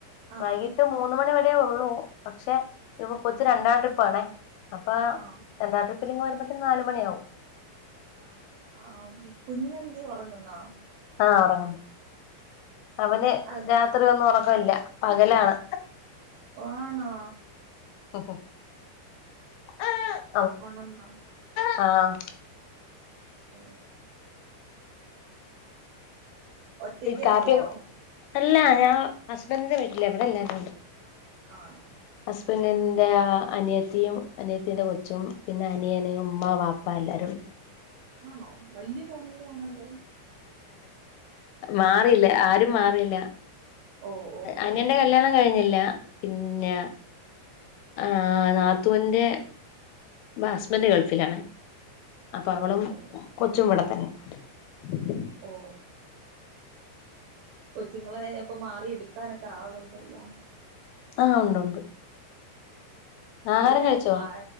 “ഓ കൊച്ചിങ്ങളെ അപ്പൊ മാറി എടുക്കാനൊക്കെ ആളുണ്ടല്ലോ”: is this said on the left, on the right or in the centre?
Right